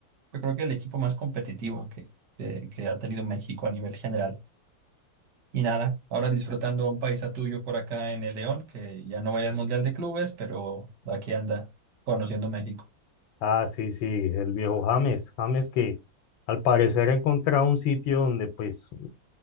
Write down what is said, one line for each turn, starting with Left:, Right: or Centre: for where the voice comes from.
Right: yo creo que el equipo más competitivo que, que que ha tenido México a nivel general. Y nada, ahora disfrutando un paisa tuyo por acá en el León, que ya no va a ir al Mundial de Clubes, pero aquí anda conociendo México.
Left: Ah, sí, sí, el viejo James, James que al parecer ha encontrado un sitio donde pues